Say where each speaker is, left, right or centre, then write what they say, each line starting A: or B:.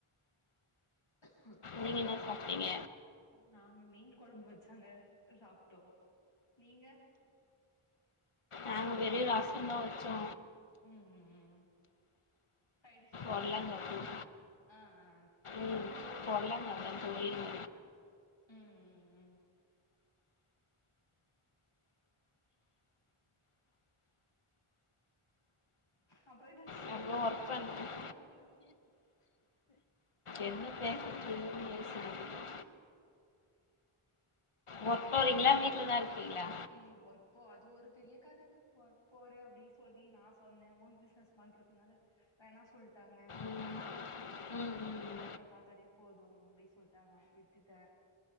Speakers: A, on the left (about 65°); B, on the left (about 85°).
A: ம்
B: நீங்க என்ன சாப்பிட்டீங்க
A: நாங்க மீன் கொழம்பு வச்சங்க சாப்பிட்டோ நீங்க
B: நாங்க வெறு ரசசோ தா வச்சோ
A: ம் ம் ம் ம் சைடு டிஷ்ல்லா இல்லயா
B: உருளைங்க
A: ஆ ஆ ஆ
B: ம் கொல்ல நடக்குது இல்ல
A: ம் ம் ம் அப்றோ என்ன ஆச்சு
B: நல்லா
A: சொல்லுங்கா
B: ஒர்க் பண்ணணும்
A: சைலெண்டா இருக்கோ போல
B: என்ன
A: சடனா
B: பேசுறதுன்னு
A: என்ன பேசதுன்னு தெரியாம
B: யோசிக்கணும்
A: நின்னுச்சு
B: ஒர்க் போறிங்களா வீட்டில தா இருக்கீங்களா
A: ம் ஒர்க்போ அது ஒரு பெரிய கதங்க ஒர்க் போற அப்டி சொல்லி நா சொன்னே ஓன் பிஸ்னஸ் பண்றதுனால ஓன் பிசினஸ் பண்றதுனால வேணா சொல்ட்டாங்க
B: ம் ம்
A: கடைல
B: ம் ம்,
A: இருக்க வேலைய பாத்தாலே போது அப்டி சொல்லிட்டாங்க விட்டுட்டே